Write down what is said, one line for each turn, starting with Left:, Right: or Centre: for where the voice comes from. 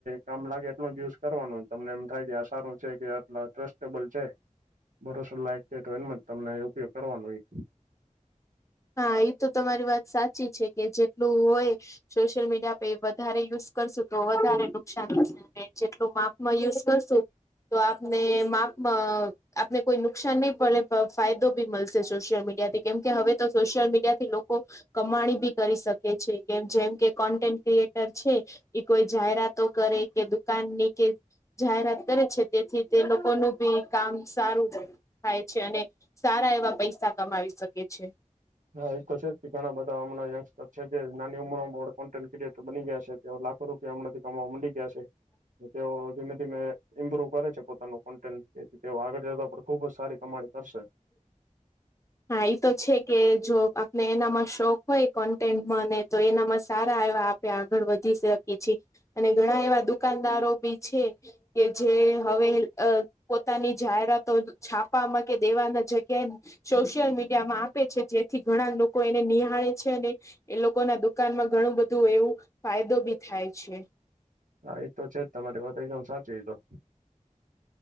Right: કામ લાગે એટલું યુસ કરવાનું તમને એમ થાય કે આ સારું છે કે આટ્રસ્ એબલ છે ભરોસો લાયક છે તો એમાં જ તમને ઉપયોગ કરવાનો ઈ
Left: હા એ તો તમારી વાત સાચી છે કે જેટલું હોય સોશિયલ મીડિયા પે એ વધારે યુઝ કરશું તો વધારે નુકસાન થશે જેટલું માપમાં યુઝ કરશું તો આપને માપમાં આપને કોઈ નુકસાન નહી પડે ફાયદો બી મળશે સોશિયલ મીડિયા થી કેમ કે હવે તો સોશિયલ મીડિયા થી લોકો કમાણી બી કરી શકે છે કેમ જેમ કે કોન્ટેન્ટ ક્રિએટર છે. એ કોઈ જાહેરાતો કરે કે દુકાનની કે જાહેરાત કરે છે તેથી તેલોકોનું ભી કામ સારું છે. થાય છે અને સારા એવા પૈસા કમાવી શકે છે.
Right: હા એ તો છે જ ઘણા બધા હમણાં યંગસ્ટર છે જે નાની ઉમરોમાં કોન્ટેન્ટ ક્રિએટર બની ગયા છે તે લાખો રૂપિયા હમણાંથી કમાવા મન્ડિ ગયા છે. તેઓ ધીમે ધીમે ઇમ્પ્રુવ કરે છે પોતાનું કોન્ટેન્ટથી તેઓ આગળ જતા પર ખુબ જ સારી કમાણી કરશે.
Left: હા એ તો છે કે જો આપને એનામાં શોખ હોય કોન્ટેન્ટમાંને તો એનામાં સારા એવા આગળ વધી શકે છે એ અને ઘણા એવા દુકાનદારો બી છે. કે જે હવે પોતાની જાહેરાતો છાપામાં કે દેવાના જગ્યા સોશિયલ મીડિયા માં આપે છે જેથી ઘણા લોકો એને નિહાળે છે અને એ લોકો ના દુકાનમાં ઘણું બધું એવું ફાયદોબી થાય છે.
Right: હા એ તો છેજ તમારી વાત એકદમ સાચી એ તો